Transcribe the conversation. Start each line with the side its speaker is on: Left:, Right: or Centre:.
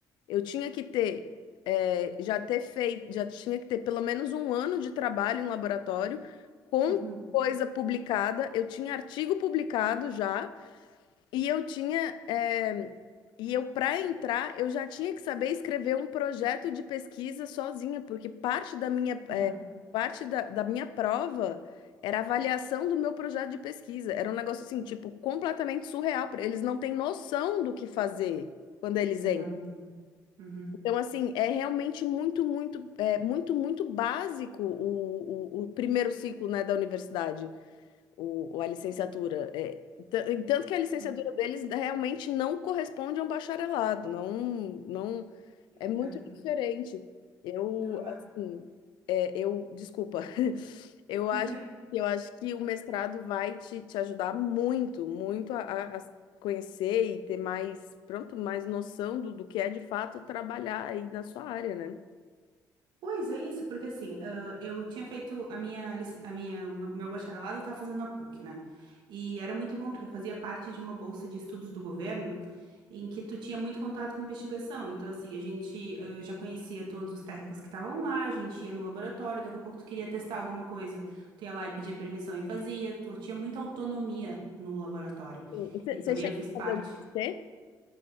Left: eu tinha que ter, eh, já ter feito, já tinha que ter pelo menos um ano de trabalho em laboratório, com
Right: uhum,
Left: coisa publicada. Eu tinha artigo publicado já. E eu tinha, eh, e eu para entrar, eu já tinha que saber escrever um projeto de pesquisa sozinha, porque parte da minha,
Right: uhum.
Left: eh, parte da, da minha prova era a avaliação do meu projeto de pesquisa. Era um negócio assim, tipo, completamente surreal. pra- Eles não têm noção do que fazer quando eles
Right: Não,
Left: entram.
Right: não, uhum.
Left: Então, assim, é realmente muito, muito, é, muito, muito básico o, o, o primeiro ciclo, né, da universidade o, o- a licenciatura. É, ta- e tanto que a licenciatura
Right: É,
Left: deles realmente não corresponde a um bacharelado, não, não
Right: Não,
Left: é muito diferente. Eu,
Right: não, ah,
Left: assim, é, eu, desculpa, <laughs> eu
Right: <laughs>
Left: acho, eu acho que o mestrado vai te, te ajudar muito, muito a, a- a conhecer e ter mais, pronto, mais noção do, do que é de fato trabalhar aí na sua área, né?
Right: Pois é isso, porque assim, ah, eu tinha feito a minha, lic- a minha, meu, meu bacharelado eu tava fazendo na PUC, né? E era muito bom, porque eu fazia parte de uma bolsa de estudos do governo, em que tu tinha muito contato com investigação. Então, assim, a gente ah, já conhecia todos os técnicos que estavam lá, a gente ia no laboratório, daqui a pouco tu queria testar alguma coisa, tu ia lá e pedia permissão e fazia, tu tinha muita autonomia no laboratório.
Left: Sim. Você
Right: E também
Left: você chegou
Right: eu fiz
Left: a
Right: parte.
Left: fazer o MSc?